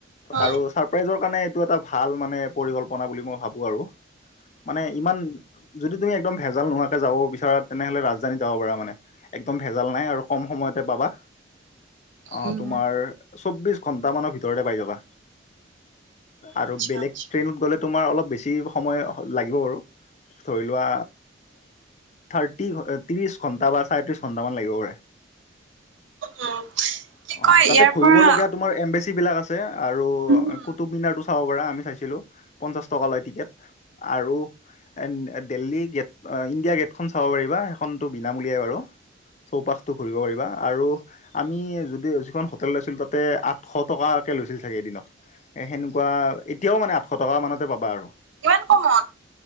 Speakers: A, on the right; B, on the left.
A: উম
B: আৰু ছাৰপ্ৰাইজৰ কাৰণে এইটো এটা ভাল মানে পৰিকল্পনা বুলি মই ভাবো আৰু। মানে ইমান- যদি তুমি একদম ভেজাল নোহোৱাকে যাব বিচাৰা তেনেহলে ৰাজধানীত যাব পাৰা মানে একদম ভে- জাল নাই আৰু কম সময়তে পাবা অঁ
A: উম
B: তোমাৰ- চৌবিশ ঘন্টা মানৰ ভিতৰতে পাই যাবা আৰু
A: আচ্ছা
B: বেলেগ
A: আচ্ছা
B: ট্ৰেইনত গ'লে- তোমাৰ অলপ বেছি সময় লাগিব বাৰু। ধৰি লোৱা থাৰটি ট্ৰিচ ঘণ্টা বা ছাৰে ট্ৰিছ ঘন- টামান লাগিব পাৰে।
A: উম কি
B: অঁ
A: কয়
B: তাতে
A: ইয়াৰ
B: কৰিব
A: পৰা
B: লগীয়া তোমাৰ এম্বেচি বিলাক আছে। তাতে আৰু
A: উম
B: কুটুকমিনাৰটো চাব পাৰা আমি চাইছিলো পঞ্চাশ টকা লৈ টিকেট আৰু এন দিল্লী গেট ইণ্ডিয়া গেটখন চাব পাৰিবা সেইখনতো বিনামূলীয়াই বাৰু চৌপাশটো ঘূৰিব পাৰিবা আৰু আমি যদি যিখন হোটেল লৈছিলো তাতে আঠশ টকাকে লৈছিল চাগে এদিনত এ সেনেকুৱা ইত এতিয়াও মানে আঠশ টকা মানতে পাবা আৰু
A: ইমান কমত